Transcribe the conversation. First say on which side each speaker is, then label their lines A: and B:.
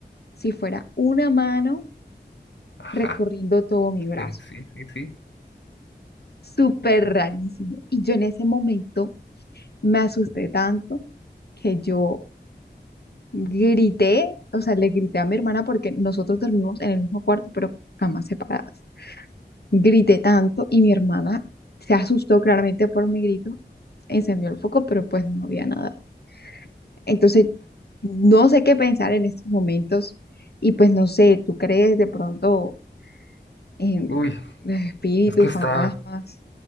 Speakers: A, on the left (about 60°); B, on the left (about 85°).
A: si fuera una mano
B: Ajá.
A: recorriendo todo mi brazo.
B: Sí, sí, sí, sí.
A: Súper rarísimo. Y yo en ese momento me asusté tanto que yo grité, o sea, le grité a mi hermana porque nosotros dormimos en el mismo cuarto, pero por camas separadas. Grité tanto y mi hermana se asustó claramente por mi grito, encendió el foco, pero pues no había nada. Entonces, no sé qué pensar en estos momentos y pues no sé, ¿tú crees de pronto? em,
B: Uy,
A: los espíritus,
B: es que está,
A: fantasmas.